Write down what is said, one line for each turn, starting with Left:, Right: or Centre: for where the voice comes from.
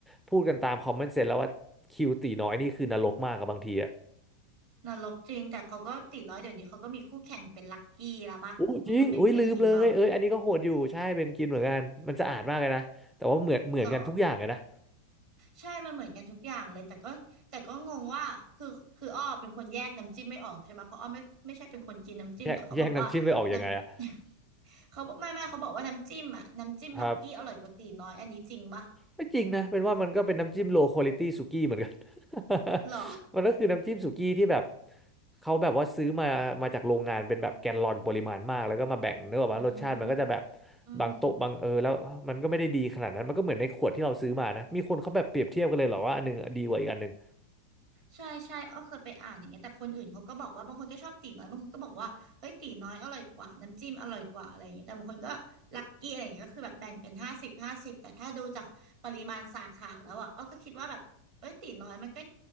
Centre: พูดกันตามคอมเมนต์เซนแล้วว่าคิวตีน้อยนี่คือนรกมากกับบางทีอ่ะ
Right: นรกจริงแต่เขาก็ตีน้อยเดี๋ยวนี้เขาก็มีคู่แข่งเป็นลักกี้แล้วปะไม่รู้เบนเคยกินเปล่า
Centre: อู้จริงอุ้ยลืมเลยเอ้ยอันนี้ก็โหดอยู่ใช่เป็นกินเหมือนกันมันสะอาดมากเลยนะแต่ว่าเหมือนเหมือนกันทุกอย่างเลยนะ
Right: หรอใช่มันเหมือนกันทุกอย่างเลยแต่ก็แต่ก็งงว่าคือคืออ้อเป็นคนแยกน้ำจิ้มไม่ออกใช่ไหมเพราะอ้อไม่ไม่ใช่เป็นคนกินน้ำจิ้มแต่เขาบอกว่าน้ำ
Centre: แยกแยกน้ำจิ้มไม่ออกยังไงอ่ะ
Right: <laughs> เขาบอกไม่ไม่เขาบอกว่าน้ำจิ้มอ่ะน้ำจิ้มลักกี้อร่อยกว่าตีน้อยอันนี้จริงปะ
Centre: ครับ ไม่จริงนะเป็นว่ามันก็เป็นน้ำจิ้มโลค u a l i t y สุกี้เหมือนกัน <laughs>
Right: หรอ
Centre: มันก็คือน้ำจิ้มสุกี้ที่แบบเขาแบบว่าซื้อมามาจากโรงงานเป็นแบบแกลลอนปริมาณมากแล้วก็มาแบ่งเนื้อออกมารสชาติมันก็จะแบบ
Right: อืมอืม
Centre: บางโต๊ะบางเออแล้วมันก็ไม่ได้ดีขนาดนั้นมันก็เหมือนในขวดที่เราซื้อมานะมีคนเขาแบบเปรียบเทียบกันเลยเหรอว่าอันหนึงดีกว่าอีกอันหนึง
Right: ใช่ใช่อ้อเคยไปอ่านอย่างเงี้ยแต่คนอื่นเขาก็บอกว่าบางคนก็ชอบตีน้อยบางคนก็บอกว่าเอ้ยตีน้อยอร่อยกว่าน้ำจิ้มอร่อยกว่าอะไรอย่างเงี้ยแต่บางคนก็ลัคกี้อะไรอย่างเงี้ยก็คือแบบแบ่งเป็นห้าสิบห้าสิบแต่ถ้าดูจากปริมาณสาขาแล้วอ่ะอ้อก็คิดว่าแบบเอ้ยตีน้อยมันก็